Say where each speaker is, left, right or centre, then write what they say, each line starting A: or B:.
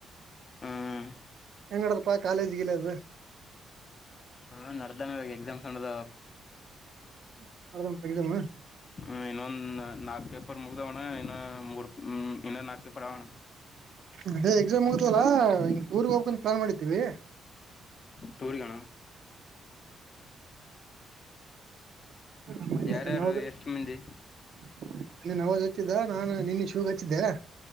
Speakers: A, on the left (about 45°); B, on the right (about 70°).
A: ಹ್ಮ್ ಹ್ಮ್
B: ಎಂಗಡಪ್ಪಾ ಕಾಲೇಜ್ ಗಿಲೇಜ್
A: ಹ ನಡ್ದಾನ ಇಗ ಎಕ್ಸಾಮ್ಸ್ ನಡ್ದವ
B: <unintelligible>
A: ಹ್ಮ ಇನ್ನೊಂದ ನಾಕ್ ಪೇಪರ್ ಮುಗ್ದವಣ್ಣ ಇನ್ನೊ ಮೂರ್ ಹ್ಮ್ ಇನ್ನ ನಕ್ ಪೇಪರ್ ಅದಾವಣ
B: ಅದೇ ಎಕ್ಸಾಮ್ ಮುಗ್ದಾವಲ್ಲ ಟೂರ್ಗ್ ಹೋಗ್ಬೇಕಂತ ಪ್ಲಾನ್ ಮಾಡಿದ್ದೀವಿ
A: ಟೂರಿಗಿ ಗಾಣ
B: <unintelligible> <unintelligible>
A: ಯಾರ್ಯಾರು ಎಷ್ಟ್ ಮಂದಿ